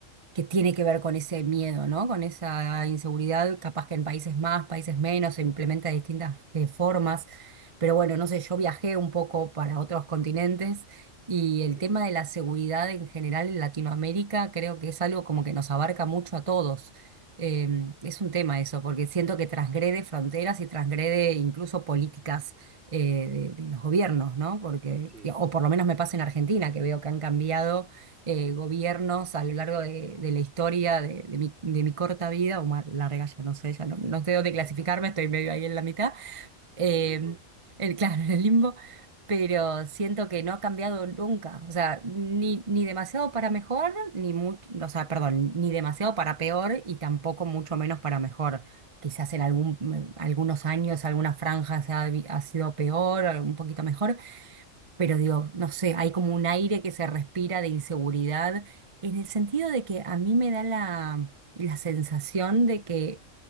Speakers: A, on the right (about 35°); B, on the right (about 55°).
A: que tiene que ver con ese miedo, ¿no? Con esa inseguridad, capaz que en países más, países menos, se implementa de distintas eh, formas. Pero bueno, no sé, yo viajé un poco para otros continentes y
B: Ok,
A: el tema de la seguridad en general en Latinoamérica creo que es algo como que nos abarca mucho a todos. Eh, es un tema eso, porque siento que transgrede fronteras y transgrede incluso políticas eh, de, de los gobiernos, ¿no? Porque,
B: sí.
A: o por lo menos me pasa en Argentina, que veo que han cambiado eh, gobiernos a lo largo de, de la historia de, de mi, de mi corta vida, o más larga, ya no sé, ya no, no sé dónde
B: <laughs>
A: clasificarme, estoy medio ahí en la mitad, eh,
B: En el limbo.
A: el, <laughs> claro, en el limbo, pero siento que no ha cambiado nunca, o sea, ni, ni demasiado para mejor, ni mucho, o sea, perdón, ni demasiado para peor y tampoco mucho menos para mejor. Quizás en algún, algunos años, algunas franjas ha, ha sido peor, un poquito mejor, pero digo, no sé, hay como un aire que se respira de inseguridad, en el sentido de que a mí me da la, la sensación de que